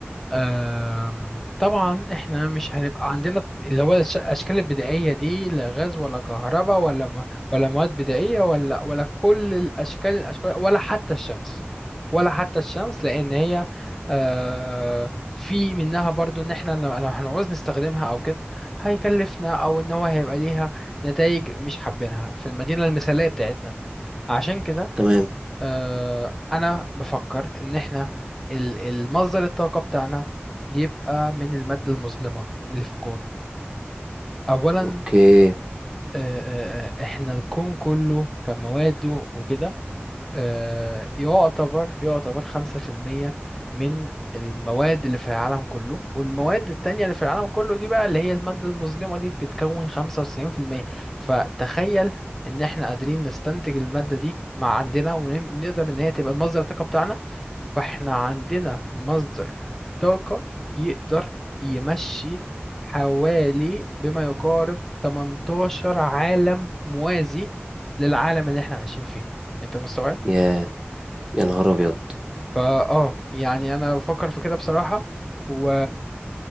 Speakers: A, in the centre; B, on the right.
A: أم، طبعا احنا مش هنبقى عندنا اللي هو الش- الاشكال البدائيه دي لا غاز ولا كهرباء ولا م- ولا مواد بدائيه ولا ولا كل الاشكال الاشكال ولا حتى الشمس ولا حتى الشمس لان هي آه، في منها برضو ان احنا لو لو هنعوز نستخدمها او كده هيكلفنا او ان هو هيبقى ليها نتائج مش حابينها في المدينه المثاليه بتاعتنا عشان كده
B: تمام
A: آه، انا بفكر ان احنا ال- المصدر الطاقة بتاعنا يبقى من المادة المظلمة اللي في الكون اولا
B: اوكي
A: آه، آه، آه، احنا الكون كله كمواده وكده آه، يعتبر يعتبر خمسة في المية من المواد اللي في العالم كله والمواد التانية اللي في العالم كله دي بقى اللي هي المادة المظلمة دي بتتكون خمسة وتسعين في المية فتخيل ان احنا قادرين نستنتج المادة دي مع عندنا ونقدر ان هي تبقى المصدر الطاقة بتاعنا فاحنا عندنا مصدر طاقة يقدر يمشي حوالي بما يقارب 18 عالم موازي للعالم اللي احنا عايشين فيه انت مستوعب
B: يا يا نهار ابيض
A: فاه يعني انا بفكر في كده بصراحة و...